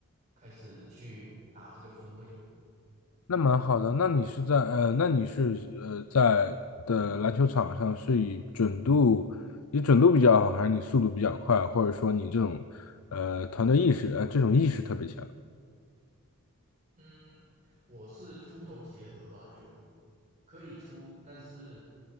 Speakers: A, on the right; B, on the left.
A: 开始去打这个分位。
B: 那蛮好的。那你是在呃，那你是呃在的篮球场上是以准度，你准度比较好，还是你速度比较快，或者说你这种呃团队意识呃这种意识特别强？
A: 嗯，我是秃头结合吧，就可以秃，但是